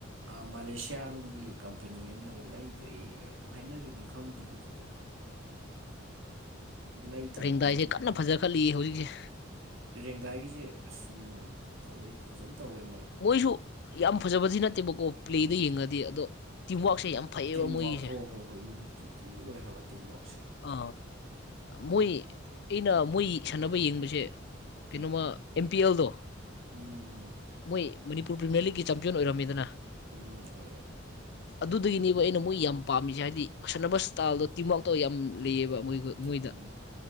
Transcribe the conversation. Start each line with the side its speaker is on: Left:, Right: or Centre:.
Right: ꯑ ꯃꯥꯂꯦꯁꯤꯌꯥ ꯔꯣꯝꯒꯤ ꯀꯝꯄꯅꯤ ꯑꯃꯅꯒ ꯂꯩꯈ꯭ꯔꯦ ꯀ ꯍꯥꯏꯅꯈꯤꯕꯅꯤ ꯈꯪꯗꯦ ꯑꯗꯨꯗꯣ ꯑꯗꯨ ꯂꯩ ꯇꯥꯔꯗꯤ
Left: ꯔꯦꯡꯗꯥꯏꯁꯦ ꯀꯟꯅ ꯐꯖꯈꯠꯂꯤ ꯍꯧꯖꯤꯛꯁꯦ
Right: ꯔꯦꯡꯗꯥꯏꯒꯤꯁꯦ ꯑꯁ ꯎꯝ ꯐꯖꯩ ꯐꯖꯅ ꯇꯧꯋꯦ ꯃꯣꯏ
Left: ꯃꯣꯏꯁꯨ ꯌꯥꯝ ꯐꯖꯕꯗꯤ ꯅꯠꯇꯦꯕꯀꯣ ꯄ꯭ꯂꯦꯗ ꯌꯦꯡꯉꯗꯤ ꯑꯗꯣ ꯇꯤꯝꯋꯔꯛꯁꯦ ꯌꯥꯝ ꯐꯩꯌꯦꯕ
Right: ꯇꯤꯝꯋ꯭ꯔꯥꯛ
Left: ꯃꯣꯏꯒꯤꯁꯦ
Right: ꯍꯣꯏ ꯍꯣꯏ ꯍꯣꯏ ꯌꯨꯅꯤꯇꯤ ꯊꯤ ꯑꯣꯏ ꯍꯥꯏꯕ ꯇꯤꯝꯋ꯭ꯔꯥꯛꯁꯦ
Left: ꯑ ꯃꯣꯏ ꯑꯩꯅ ꯃꯣꯏ ꯁꯥꯟꯅꯕ ꯌꯦꯡꯕꯁꯦ ꯀꯩꯅꯣ
Right: ꯎꯝ
Left: ꯑꯃ ꯑꯦꯝ ꯄꯤ ꯑꯦꯜꯗꯣ
Right: ꯎꯝ
Left: ꯃꯣꯏ ꯃꯅꯤꯄꯨꯔ ꯄ꯭ꯔꯤꯃꯤꯌꯔ ꯂꯤꯒꯀꯤ ꯆꯝꯄꯤꯌꯟ ꯑꯣꯏꯔꯝꯃꯤꯗꯅ
Right: ꯎꯝ ꯑꯣꯏ ꯑꯣꯏ
Left: ꯑꯗꯨꯗꯒꯤꯅꯦꯕ ꯑꯩꯅ ꯃꯣꯏ ꯌꯥꯝ ꯄꯥꯝꯃꯤꯁꯦ ꯍꯥꯏꯗꯤ ꯁꯥꯟꯅꯕ ꯏꯁꯇꯥꯏꯜꯗꯣ ꯇꯤꯝꯋ꯭ꯔꯥꯛ ꯇꯣ ꯌꯥꯝ ꯂꯩꯑꯦꯕ ꯃꯣꯏꯈꯣꯏ ꯃꯣꯏꯗ
Right: ꯎꯝ